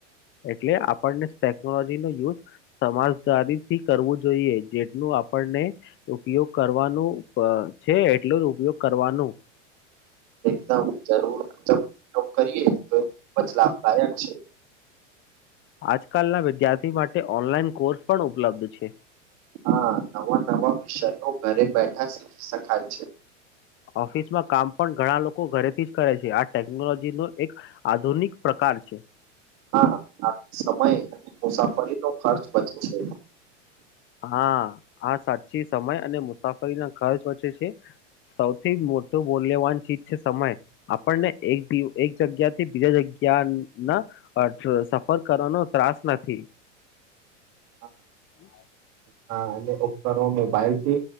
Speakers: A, on the left (about 30°); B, on the right (about 45°).
A: એટલે આપણને ટેકનોલોજીનો યુઝ સમજદારી થી કરવું જોઈએ. જેટલુ આપણને ઉપયોગ કરવાનું પ છે એટલું જ ઉપયોગ કરવાનું.
B: એકદમ જરૂર મુજબ ઉપયોગ કરીએ તો ખુબ જ લાભદાયક છે.
A: આજકાલના વિદ્યાર્થી માટે ઓનલાઈન કોર્સ પણ ઉપલબ્ધ છે.
B: હા, નવા નવા વિષયો ઘરે બેઠા શીખી શકાય છે.
A: ઓફિસમાં કામ પણ ઘણા લોકો ઘરેથી જ કરે છે આ ટેકનોલોજી નો એક આધુનિક પ્રકાર પણ છે.
B: હા, આ સમય અને મુસાફરીનો ખર્ચ બચે છે.
A: હા, આ સાચી સમય અને મુસાફરી ના ખર્ચ બચે છે સૌથી મોટું મૂલ્યવાન ચીજ છે સમય આપણને એક દીયુ એક જગ્યાથી બીજા જગ ક્યાં ના અ જ સફર કરવાનો ત્રાસ નથી.
B: હા.
A: હમ્મ.
B: હા, અને ઉપકરણો મોબાઈલ થી